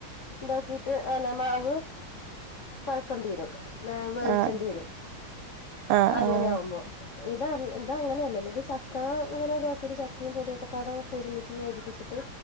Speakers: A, on the left (about 70°); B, on the right (about 85°).
A: ണ്ടാക്കിട്ട് അങ്ങനെ മാവ് കൊഴക്കണ്ട്യരും ന്നേ വേവിച്ചേണ്ടി
B: ആഹ്
A: വരും
B: ആഹ്
A: അ അങ്ങനെ
B: ആഹ്
A: ആകുമ്പോ ഇത ഇതങ്ങനെയല്ലല്ലോ ത് ചക്ക ങ്ങനെ താക്കിട്ട് ചക്കയും പൊടിയൊക്കെ പാടെ ഒരുമിച്ച് യോജിപ്പിച്ചിട്ട്